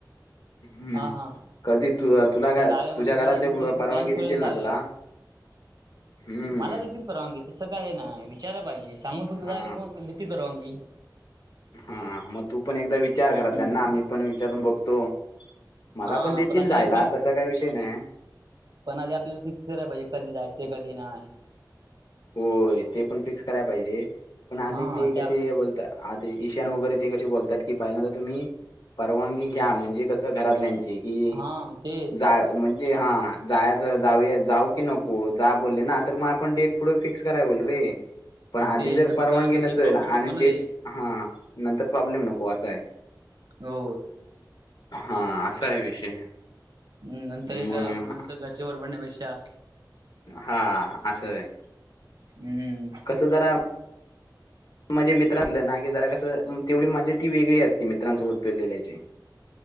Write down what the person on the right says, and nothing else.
हा हा
जाऊया मग
सगळे
एकदा कधी
प्लॅन
करून जाऊया
मला देतील परवानगी तसं काय ना विचारा पाहिजे सांगून फक्त
झालं मग देतील परवानगी
हम्म
हा
आधी
फिक्स
पण आधी आपल्याला फिक्स कराय पाहिजे कधी जायचें कधी नाही
हा
त्या
हा तेच
तेच
नंतर
कसे
प्रॉब्लेम
नको ना
रे
हो
हम् नंतर एक
म्हर घरच्या वरबडण्यापेक्षा
हम्म